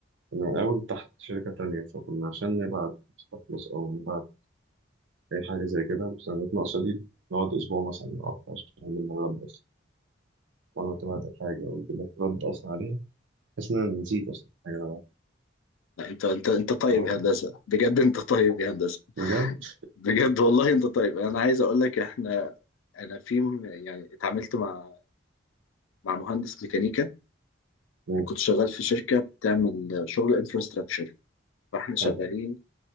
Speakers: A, on the right; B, on the left.
A: كنا من الأول تحت شركة تانية فكنا عشان نبعت تخلص أو نبعت أي حاجة زي كده بس أنا ناقصة دي نقعد أسبوع مثلا أو أكتر عشان نعمل نرد أصلا وأنا تابعت الحاجة أو يجيب لك رد أصلا عليها بحيث إن أنا نسيت أصلا الحاجة اللي أنا
B: لا انت انت انت طيب
A: بعملها.
B: يا هندسه بجد انت طيب يا هندسه
A: بجد
B: بجد والله انت طيب انا عايز اقول لك احنا انا في م- يعني اتعاملت مع مع مهندس ميكانيكا
A: مم.
B: كنت شغال في شركه بتعمل شغل انفراستراكشر فاحنا شغالين
A: حلو